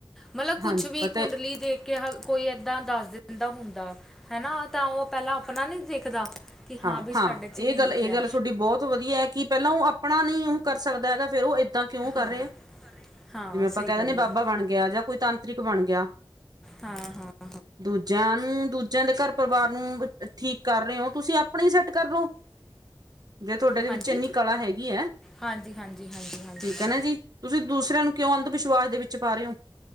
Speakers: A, in the centre; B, on the right.
A: ਮਤਲਬ ਕੁਛ
B: ਹਾਂਜੀ
A: ਵੀ
B: ਪਤਾ
A: ਕੁੰਡਲੀ ਦੇਖ ਕੇ ਕੋਈ ਏਦਾਂ ਦੱਸ ਦਿੰਦਾ ਹੁੰਦਾ ਹਨਾ। ਤਾਂ ਉਹ ਪਹਿਲਾਂ ਆਪਣਾ ਨੀ ਦੇਖਦਾ। ਕਿ
B: ਹਾਂ-ਹਾਂ
A: ਹਾਂ ਵੀ ਸਾਡੇ 'ਚ
B: ਇਹ
A: ਕੀ ਲਿਖਿਆ
B: ਗੱਲ ਇਹ ਗੱਲ ਤੁਹਾਡੀ ਬਹੁਤ ਵਧੀਆ ਐ ਕਿ ਪਹਿਲਾਂ ਉਹ ਆਪਣਾ ਨੀ ਉਹ ਕਰ ਸਕਦਾ ਹੈਗਾ। ਫੇਰ ਉਹ ਏਦਾਂ ਕਿਉਂ ਕਰ
A: ਹਾਂ
B: ਰਿਹਾ,
A: ਹਾਂ
B: ਜਿਵੇਂ ਆਪਾਂ
A: ਸਹੀ
B: ਕਹਿ
A: ਗੱਲ
B: ਦਿੰਦੇ
A: ਹੈ
B: ਬਾਬਾ ਬਣ ਗਿਆ, ਜਾਂ ਕੋਈ ਤਾਂਤਰਿਕ ਬਣ ਗਿਆ।
A: ਹਾਂ-ਹਾਂ,
B: ਦੂਜਿਆਂ ਨੂੰ ਦੂਜਿਆਂ ਦੇ ਘਰ ਪਰਿਵਾਰ ਨੂੰ ਠੀਕ ਕਰ ਰਹੇ ਓ ਤੁਸੀਂ ਆਪਣਾ ਸੈਟ ਕਰਲੋ। ਜੇ ਤੁਹਾਡੇ ਦੇ
A: ਹਾਂਜੀ
B: ਵਿੱਚ ਇੰਨੀ ਕਲਾ ਹੈਗੀ ਐ,
A: ਹਾਂਜੀ ਹਾਂਜੀ ਹਾਂਜੀ ਹਾਂਜੀ
B: ਠੀਕ ਏ ਨਾ ਜੀ ਤੁਸੀਂ ਦੂਸਰਿਆਂ ਨੂੰ ਕਿਉਂ ਅੰਧ ਵਿਸ਼ਵਾਸ ਦੇ ਵਿੱਚ ਪਾ ਰਹੇ ਓ।